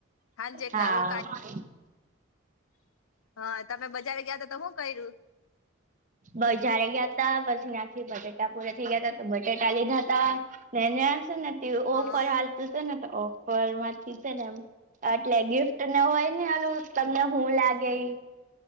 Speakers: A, on the left; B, on the right.
A: હાંજેક
B: હા.
A: ના રો હા તમે બજારે ગયા તો તમૅ શું કર્યું
B: બજારે ગયા તા પછી ત્યાંથી બટેેટા પૂરા થઇ ગયા હતા તો બટેટા લીધા ત ને છે ને
A: હા
B: ઓફર હાલતું હતું ને તો ઓફર માંથી છે ને એમ એટલે ગિફ્ટ ના હોય ને આલું તમને હું લાગે ઇ